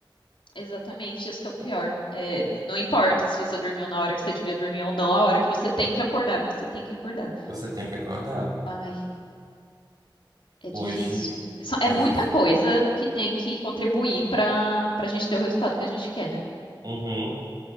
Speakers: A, on the left; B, on the right.
A: Exatamente, isso que é o pior. É, não importa se você dormiu na hora que você devia dormir ou não, a hora que você tem que acordar, você tem que acordar.
B: Você tem que acordar.
A: Ai, é
B: Hoje
A: difícil. É só-
B: é
A: é muita
B: difícil.
A: coisa que tem que contribuir para para a gente ter o resultado que a gente quer, né?
B: Uhum,